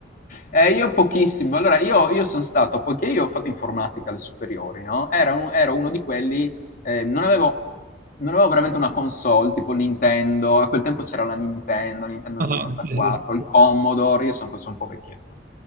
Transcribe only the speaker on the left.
Eh, io pochissimo. Allora, io, io sono stato, poiché io ho fatto informatica alle superiori, no? Era un- ero uno di quelli, eh, non avevo, non avevo veramente una console, tipo Nintendo, a quel tempo c'era la Nintendo, Nintendo
64,
il Commodore, io sono, sono un po' vecchietto.